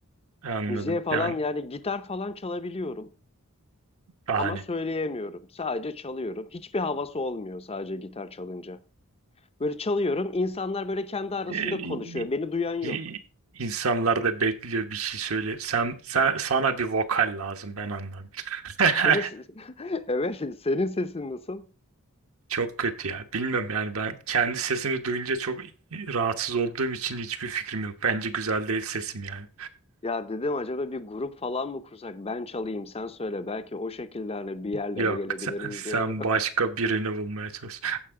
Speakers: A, on the right; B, on the left.
A: Anladım.
B: Müziğe falan
A: Yani
B: yani gitar falan çalabiliyorum
A: bahane.
B: ama söyleyemiyorum. Sadece çalıyorum. Hiçbir havası olmuyor sadece gitar çalınca. Böyle çalıyorum, insanlar böyle kendi arasında
A: Ee,
B: konuşuyor. Beni duyan yok.
A: i- insanlar da bekliyor bir şey söyle. Sen, sen sana bir vokal lazım ben anladım. <laughs>
B: Senin ses- <laughs> evet senin sesin nasıl?
A: Çok kötü ya. Bilmiyorum yani ben kendi sesimi duyunca çok rahatsız olduğum için hiçbir fikrim yok. Bence güzel değil sesim yani.
B: Ya dedim acaba bir grup falan mı kursak? Ben çalayım sen söyle. Belki o şekilde hani bir yerlere
A: Yok
B: gelebiliriz
A: sen, sen
B: diye ama.
A: başka birini bulmaya çalış.